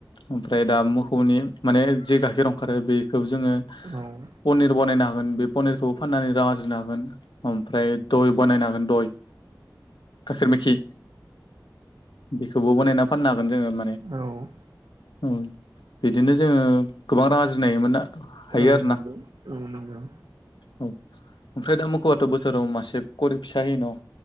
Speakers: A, on the left (about 85°); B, on the right (about 80°).
A: ओमफ्राय दा खोसौनि माने जे गाइखेर ओंखारो बेखौ जोङो।
B: औ
A: पनिर बानायनो हागोन बे पनिरखौ। फाननानै रां आरजिनो हागोन ओमफ्राय दय बानायनो हागोन दय गाखेर मेखि बेखौबो बनायना फाननो हागोन जोङो।
B: औ
A: उम बिदिनो जोङो गोबां आरज्रि हायोमोन ना? हायो
B: औ
A: आरोना
B: नंगौ औ नंगौ
A: औ ओमफ्राय दा मोखौबाथ' बोसोराव मासे गरिब फिसा होयो न'